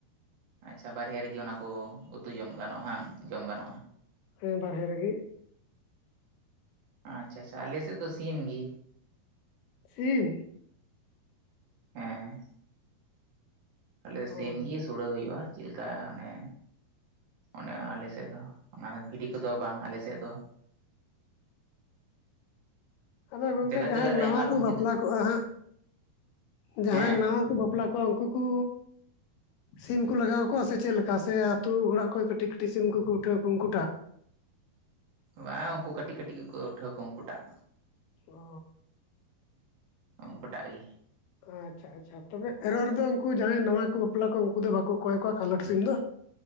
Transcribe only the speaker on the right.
ᱟᱪᱪᱷᱟ ᱵᱟᱨᱦᱮ ᱨᱮᱜᱮ ᱚᱱᱟ ᱠᱚ ᱩᱛᱩ ᱡᱚᱢ ᱜᱟᱱᱚᱜ-ᱟ ᱵᱟᱝ ᱡᱚᱢ ᱜᱟᱱᱚᱜ-ᱟ᱾
ᱟᱪᱪᱷᱟ ᱟᱪᱪᱷᱟ ᱟᱪᱷᱟ ᱟᱞᱮᱥᱮᱫ ᱫᱚ ᱥᱤᱢ ᱜᱤ
ᱦᱮᱸ ᱟᱞᱮ
ᱥᱤᱢ ᱜᱮ ᱥᱚᱲᱮ ᱦᱩᱭᱩᱜ-ᱟ ᱪᱮᱫ ᱞᱮᱠᱟ ᱚᱱᱮ ᱚᱱᱮ ᱟᱞᱮᱥᱮᱫ ᱫᱚ ᱚᱱᱟ ᱵᱷᱤᱰᱤ ᱠᱚᱫᱚ ᱵᱟᱝ ᱟᱞᱮᱥᱮᱫ ᱫᱚ
ᱡᱟᱭᱜᱟ
ᱡᱟᱭᱜᱟ ᱨᱮ
ᱟᱭᱢᱟ ᱨᱚᱠᱚᱢ
ᱡᱩᱫᱟᱹ
ᱦᱮᱸ
ᱵᱟᱝᱸ ᱩᱱᱠᱩ ᱠᱟᱹᱴᱤᱡ ᱠᱟᱹᱴᱤᱡ ᱜᱮᱠᱚ ᱩᱴᱷᱟᱹᱣ ᱠᱚᱣᱟ ᱩᱱᱠᱩ ᱴᱟᱜ
ᱩᱱᱠᱩᱴᱟᱜ ᱜᱮ